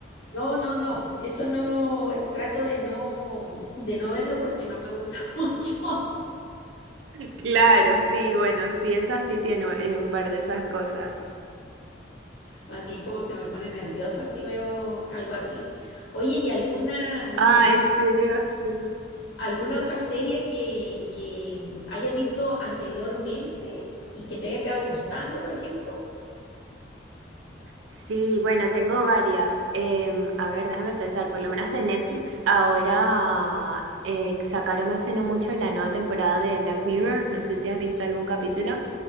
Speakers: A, on the left (about 80°); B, on the right (about 85°).
A: No, no, no, eso no, eh, trato de no, de no verlo
B: <laughs>
A: porque no me gusta <laughs> mucho.
B: Claro, sí, bueno, sí, esa sí tiene eh, un par de esas cosas.
A: Más bien como que me pone nerviosa si veo algo así. Oye, ¿y alguna, mm,
B: Ah, en serio, sí.
A: alguna otra serie que, que mm, hayas visto anteriormente y que te haya quedado gustando, por ejemplo?
B: Sí, bueno, tengo varias. Em, a ver, déjame pensar, por lo menos de Netflix ahora eh, sacaron hace no mucho la nueva temporada de Black Mirror. No sé si has visto algún capítulo.
A: Sí.